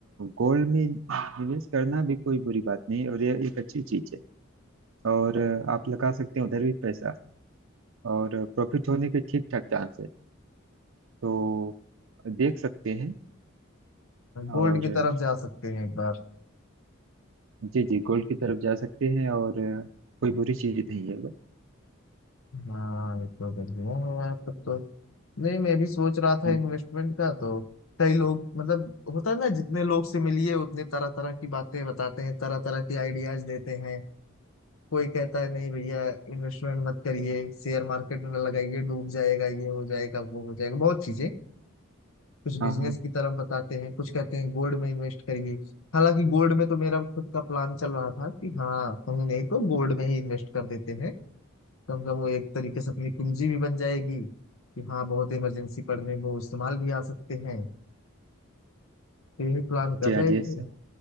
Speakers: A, on the right; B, on the left.
A: गोल्ड में निवेश करना भी कोई बुरी बात नहीं है और ये एक अच्छी चीज है और अ, आप लगा सकते हैं उधर भी पैसा और प्रॉफिट होने के ठीक ठाक चांस है तो देख सकते हैं और
B: गोल्ड की तरफ जा सकते हैं एक बार
A: जी जी गोल्ड की तरफ जा सकते हैं और अ, कोई बुरी चीज नहीं है बस
B: हाँ ये तो बढ़िया है तब तो नहीं मैं भी सोच रहा था
A: हम्म,
B: इन्वेस्टमेंट का तो कई लोग मतलब होता है ना जितने लोग से मिलिए उतने तरह तरह की बातें बताते हैं तरह तरह की आइडियाज देते हैं कोई कहता है नहीं भैया इन्वेस्टमेंट मत करिए शेयर मार्केट में लगाइए डूब जाएगा ये हो जाएगा वो हो जाएगा बहुत चीजें कुछ बिजनेस
A: हाँ हाँ
B: की तरफ बताते हैं कुछ कहते हैं गोल्ड में इन्वेस्ट करिए हालांकि गोल्ड में तो मेरा खुद का प्लान चल रहा था कि हाँ कहीं नहीं तो गोल्ड में ही इन्वेस्ट कर देते हैं कम से कम वो एक तरीके से अपनी पूंजी भी बन जाएगी कि हाँ बहुत इमरजेंसी पड़ने में वो इस्तेमाल भी आ सकते हैं तो यही प्लान कर
A: जी
B: रहे
A: हाँ जी
B: थे
A: सर